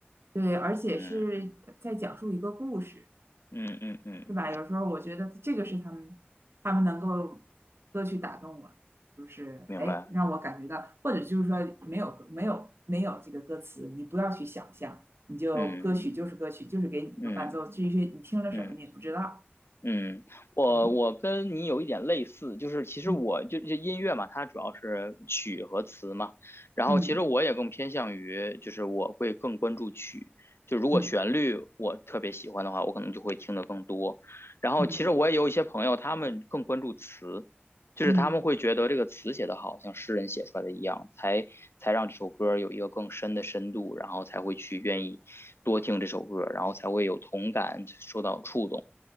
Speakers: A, on the right; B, on the left.
A: 对，而且是在讲述一个故事。
B: 嗯嗯嗯嗯，
A: 是吧？有时候我觉得这个是他们，他们能够歌曲打动我，就是哎，
B: 明白。
A: 让我感觉到，或者就是说没有没有没有这个歌词，你不要去想象，你就歌曲就是歌曲，
B: 嗯
A: 就是给你一个伴奏，
B: 嗯
A: 至于你听了什么你也不知道。
B: 嗯。嗯，我我跟你有一点类似，
A: 嗯
B: 就是其实我就就音乐嘛，
A: 嗯
B: 它主要是曲和词嘛，然后其实我也更偏向于，
A: 嗯
B: 就是我会更关注曲，就如果旋律我特别喜欢的话，
A: 嗯
B: 我可能就会听得更多。然后其实我也有一些朋友，
A: 嗯
B: 他们更关注词，就是他们会觉得这个词写得好，
A: 嗯，
B: 像诗人写出来的一样，才才让这首歌有一个更深的深度，然后才会去愿意多听这首歌，然后才会有同感，受到触动。